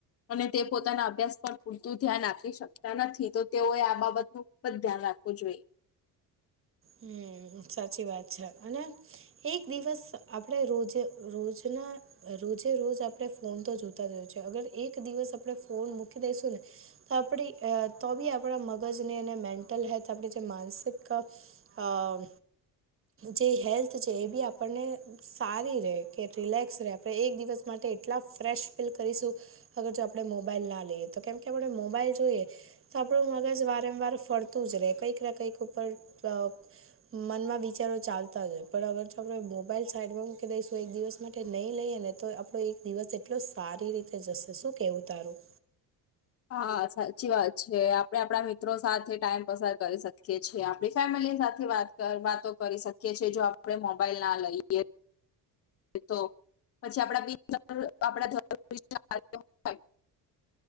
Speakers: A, on the left (about 35°); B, on the right (about 30°).
A: અને તે પોતાના અભ્યાસ પર પૂરતું ધ્યાન આપી શકતા નથી તો તેઓએ આ બાબતનું. પણ ધ્યાન રાખવું જોઈએ.
B: હમ્મ સાચી વાત છે, અને એક દિવસ આપણે રોજે રોજના રોજે રોજ આપણે ફોન તો જોતા જ હોય છે, અગર એક દિવસ આપણે ફોન મૂકી દઈશું ને. તો આપણી તો બી આપણા મગજને અને મેન્ટલ હેલ્થ આપણી જે માનસિક અ જે હેલ્થ છે, એ બી આપણને સારી રહે કે રિલેક્સ રહે આપણે એક દિવસ માટે એટલા ફ્રેશ ફીલ કરીશું. અગર જો આપણે મોબાઈલ ના લઈએ તો કેમ કે આપણે મોબાઈલ જોઈએ. તો આપણું મગજ વારંવાર ફરતું જ રહે કંઈક ને કંઈક ઉપર અ મનમાં વિચારો ચાલતા જ હોય પણ અગર જો આપણે મોબાઈલ સાઈડમાં મૂકી દઈશું એક દિવસ માટે નહીં લઈએ ને તો કોઈ એક દિવસ એટલો સારી રીતે જશે શું કેવું તારું.
A: હા સાચી વાત છે, આપડે આપડા મિત્રો સાથે ટાઈમ પસાર કરી શકીએ છીએ આપ જેઢાણીની સાથે વાત વાતો કરી શકીએ છીએ જો આપણે મોબાઈલ ના લઈએ. તો પછી આપડા મિત્ર આપડા